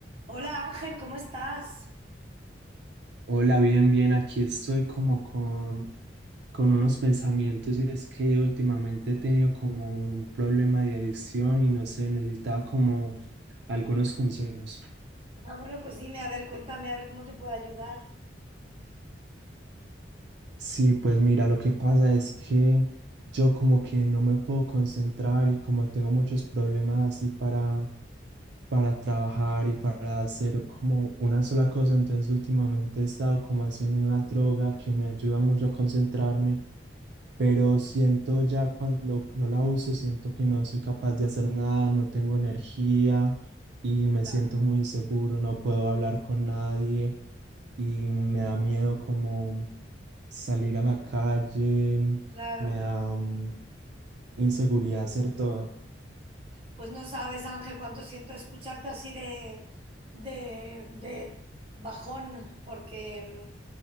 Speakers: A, on the right; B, on the right.
A: Hola Ángel, ¿cómo estás?
B: Hola, bien, bien, aquí estoy como con, con unos pensamientos y es que últimamente he tenido como un problema de adicción y no sé, necesitaba como algunos consejos.
A: Ah, bueno, pues dime, a ver, cuéntame, a ver cómo te puedo ayudar.
B: Sí, pues mira, lo que pasa es que yo como que no me puedo concentrar y como tengo muchos problemas así para, para trabajar y para hacer como una sola cosa, entonces últimamente he estado como haciendo una droga que me ayuda mucho a concentrarme pero siento ya cuando no la uso, siento que no soy capaz de hacer nada, no tengo energía y me
A: Claro.
B: siento muy inseguro, no puedo hablar con nadie y me da miedo como salir a la calle,
A: Claro,
B: me da mm, inseguridad hacer todo.
A: pues no sabes Ángel cuánto siento escucharte así de, de, de bajón, porque